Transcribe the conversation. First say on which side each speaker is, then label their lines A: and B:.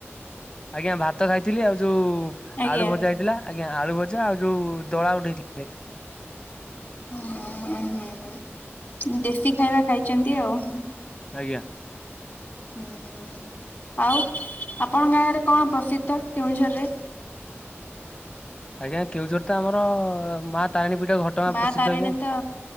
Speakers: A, on the left; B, on the left.
A: ଆଜ୍ଞା ଭାତ ଖାଇଥିଲି ଆଉ ଯୋଉ
B: ଆଜ୍ଞା
A: ଆଳୁ ଭଜା ହେଇଥିଲା। ଆଜ୍ଞା ଆଳୁ ଭଜା ଆଉ ଯୋଉ ଦଳା ଗୋଟେ ହେଇଥିଲା।
B: ହଁ ଦେଶୀ ଖାଇବା ଖାଇଛନ୍ତି ଆଉ।
A: ଆଜ୍ଞା।
B: ହୁଁ ହୁଁ ଆଉ ଆପଣଙ୍କ ଗାଁ ଗରେ କଣ ପ୍ରସିଦ୍ଧ କେଉଁଝର ରେ?
A: ଆଜ୍ଞା କେଉଁଝର ଆମର ତ ମା ତାରିଣୀ ପୀଠ ଘଟଗାଁ
B: ମା
A: ପ୍ରସିଦ୍ଧ
B: ତାରିଣୀ
A: ଆଜ୍ଞା
B: ତ